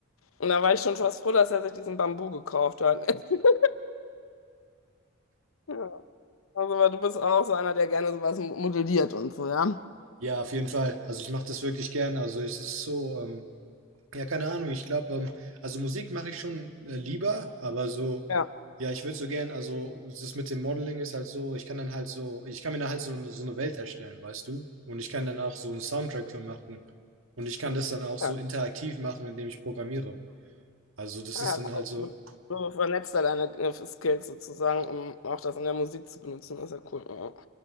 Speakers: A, on the left; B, on the right.
A: Und da war ich schon fast froh, dass er sich diesen Bambu gekauft hat. <laughs> Ja. Also, weil du bist auch so einer, der gerne sowas mo- modelliert und so, ja?
B: Ja, auf jeden Fall. Also ich mache das wirklich gern. Also es ist so, ähm, Ja, keine Ahnung. Ich glaube, ähm, also Musik mache ich schon äh, lieber, aber so,
A: Ja,
B: ja, ich würde so gern, also das mit dem Modeling ist halt so, ich kann dann halt so, ich kann mir dann halt so, so eine Welt erstellen, weißt du? Und ich kann dann auch so einen Soundtrack für machen. Und ich kann das dann auch so
A: ja.
B: interaktiv machen, indem ich programmiere. Also das
A: Ah,
B: ist
A: Ja,
B: dann halt
A: cool.
B: so,
A: Du du vernetzt da deine äh, Skills sozusagen, um auch das in der Musik zu benutzen. Das ist ja cool.